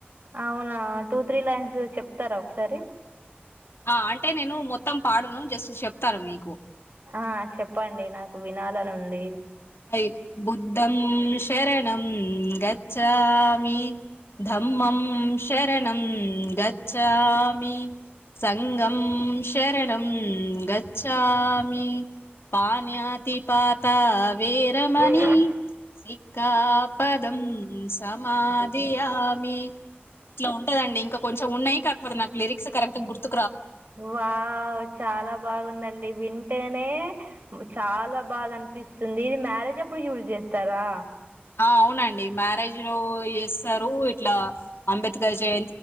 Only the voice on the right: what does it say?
అవునా టూ త్రీ లైన్స్ చెప్తారా ఒకసారి
ఆ చెప్పండి నాకు వినాలను ఉంది
పేరు
వా చాలా బాగుందండి వి అంటేనే చాలా బాగా అనిపిస్తుంది ఇది మ్యారేజ్ అప్పుడు యూజ్ చేస్తారా